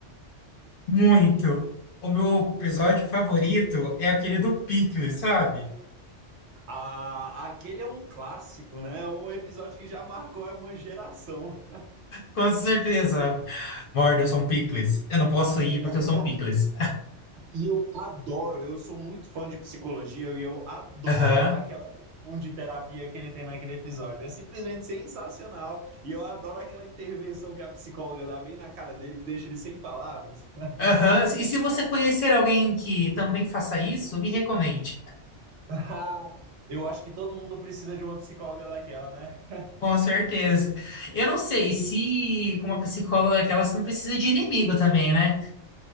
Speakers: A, on the left; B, on the right.
A: muito. O meu episódio favorito é aquele do Pickles, sabe?
B: Ah, aquele é um clássico, né? Um episódio que já marcou uma geração.
A: Com certeza. Morde, eu sou um picles. Eu não posso ir porque
B: <laughs>
A: eu sou um picles.
B: E eu adoro, eu sou muito fã de psicologia e eu adoro
A: Aham.
B: aquela sessão de terapia que ele tem naquele episódio. É simplesmente sensacional. E eu adoro aquela intervenção que a psicóloga dá bem na cara dele, que deixa ele sem palavras. <laughs>
A: Aham. E se você conhecer alguém que também faça isso, me recomende.
B: Ah, Eu acho que todo mundo precisa de uma psicóloga daquela, né?
A: Com certeza. Eu não sei se com uma psicóloga daquela você não precisa de inimigo também, né?